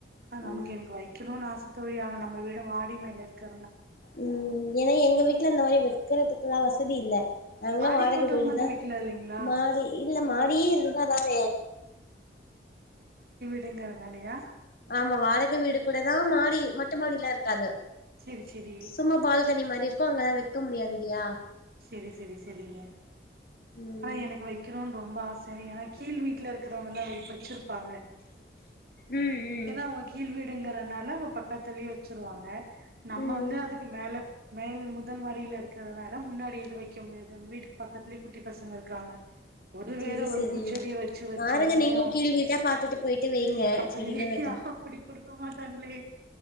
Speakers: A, on the right; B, on the left.
A: ஆனா நமக்கு
B: ம்
A: எனக்கு வைக்கணும்னு ஆச தோழி ஆனா நம்ம வீ மாடி மேல இருக்கு
B: ம் ஏனா எங்க வீட்ல இந்த மாரி வெக்கறதுக்கெல்லா வச சதி இல்ல நாங்கெல்லா
A: மாடி
B: வாடக
A: தோட்டம்
B: வீடுதா
A: மாரி வைக்கலா இல்லைங்களா
B: மாடி இல்ல மாடியே இருந்தா தான
A: அப்டிங்கறதுனாலயா
B: ஆம்மா வாடக வீடு கூடதா மாடி மொட்ட மாடிலா இருக்காது
A: செரி செரி
B: சும்மா பால்கனி மாரி இருக்கு அங்கலா வெக் க்க முடியாதில்லையா
A: சேரி சேரி சேரிங்க
B: ம்
A: ஆனா எனக்கு வைக்கிறோனு ரொம்ப ஆச எனக் கீழ் வீட்ல இருக்கிறவங்க லா வச்சிருப்பாங்க
B: ம் ம்
A: ஏன்னா அவங்க கீழ்வீடு. அப்டிங்றனால அங்க பக்கத்துலயே வச்சுருவாங்க. நம்ம
B: ம்
A: வந்து அதுக்கு மேல மேல் முதல் மாடில இருக்கிறனால. முன்னாடி எது வைக்க முடியாது வீட்டுக்கு பக்கத்துலயே குட்டி பசங்க இருக்காங்க ஒரு
B: செரி
A: வேள ஒரு
B: செரி
A: பூச்செடிய வச்சு வச்சாலுமே
B: பாருங்க நீங்களு கீழ் வீட்டா பாத்துட்டு போயிட்டு வைங்க
A: அப்டியா
B: செடிலா வெக்க
A: அப்டி குடு க்கமாட்டாங்ளே